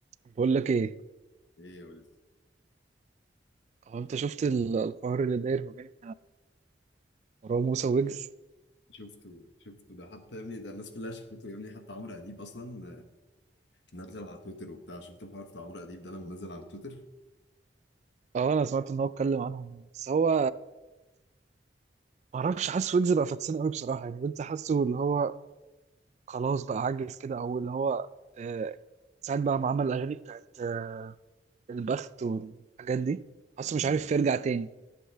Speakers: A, on the right; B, on the left.
A: بقول لك ايه
B: ايه يا ولد
A: هو انت شفت ال- الحوار اللي داير ما بين مروان موسى ويجز
B: شفته شفته ده حتى يا ابني ده الناس كلها شافته يا ابني حتى عمرو اديب اصلا آه، نزل على تويتر وبتاع شفت الحوار بتاع عمرو اديب ده لما نزل على تويتر
A: اه انا سمعت ان هو اتكلم عنهم بس هو ما اعرفش حاسس ويجز بقى فاكسان قوي بصراحه يعني ويجز حاسه اللي هو خلاص بقى عجز كده او اللي هو آه ساعات بقى ما عمل الاغاني بتاعت آه البخت والحاجات دي حاسه
B: مم.
A: مش عارف يرجع تاني